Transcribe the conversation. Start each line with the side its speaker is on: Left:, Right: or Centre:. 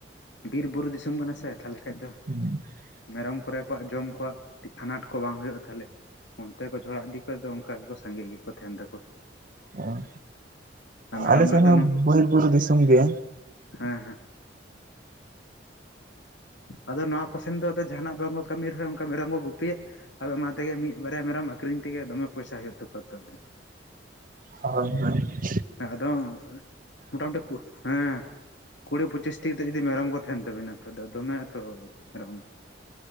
Left: ᱵᱤᱨ ᱵᱩᱨᱩ ᱫᱤᱥᱚᱢ ᱠᱟᱱᱟ ᱥᱮ ᱛᱟᱦᱚᱞᱮ ᱠᱷᱟᱡ ᱫᱚ
Right: <inaudible>
Left: ᱢᱮᱨᱚᱢ ᱠᱚᱨᱮ ᱠᱚᱣᱟᱜ ᱡᱚᱢ ᱠᱚᱣᱟᱜ ᱴᱤᱡ ᱟᱱᱟᱴ ᱠᱚ ᱵᱟᱝ ᱦᱩᱭᱩᱜᱼᱟ ᱛᱷᱟᱦᱞᱮ ᱚᱱᱛᱮ ᱠᱚ ᱡᱷᱚᱲᱟ ᱤᱫᱤᱠ ᱛᱚ ᱜᱚᱝᱠᱟ ᱜᱮᱠᱚ ᱥᱟᱸᱜᱮ ᱨᱮᱜᱮᱠᱚ ᱛᱟᱦᱮᱱ ᱛᱟᱠᱚ᱾
Right: ᱚᱸ
Left: ᱟᱨ ᱢᱮᱨᱚᱢ
Right: ᱟᱞᱮ
Left: ᱨᱮᱫᱚ
Right: ᱥᱮᱫ ᱦᱚᱸ ᱵᱩᱨᱩᱼᱵᱤᱨ ᱫᱤᱥᱚᱢ ᱜᱮ᱾
Left: ᱦᱮᱸ ᱦᱮᱸ ᱟᱫᱚ ᱱᱚᱣᱟ ᱠᱚᱥᱮᱱ ᱫᱚ ᱟᱫᱚ ᱡᱟᱦᱟᱱᱟᱜ ᱵᱟᱝ ᱠᱚ ᱠᱟᱹᱢᱤ ᱨᱮᱦᱚᱸ ᱚᱱᱠᱟ ᱢᱮᱨᱚᱢ ᱠᱚ ᱜᱩᱯᱤᱭᱟ, ᱟᱫᱚ ᱚᱱᱟ ᱛᱮᱜᱮ ᱢᱤᱫ ᱵᱟᱨᱭᱟ ᱢᱮᱨᱚᱢ ᱟᱹᱠᱷᱨᱤᱧ ᱛᱮᱜᱮ ᱫᱚᱢᱮ ᱯᱚᱭᱥᱟ ᱦᱩᱭᱩᱜ ᱛᱟᱠᱚᱣᱟ ᱛᱚᱜ ᱫᱚ᱾
Right: ᱦᱳᱭ ᱜᱚᱝᱠᱮ
Left: ᱦᱮᱸ ᱟᱫᱚ ᱢᱚᱴᱟᱢᱩᱴᱤ ᱠᱩ ᱦᱩᱸ ᱠᱩᱲᱤ ᱯᱚᱸᱪᱤᱥᱴᱤ ᱟᱛᱮ ᱡᱩᱫᱤ ᱢᱮᱨᱚᱢ ᱠᱚ ᱛᱟᱦᱮᱱ ᱛᱟᱵᱤᱱᱟ ᱛᱚ ᱟᱫᱚ ᱱᱚᱣᱟ ᱛᱚ ᱢᱮᱨᱚᱢ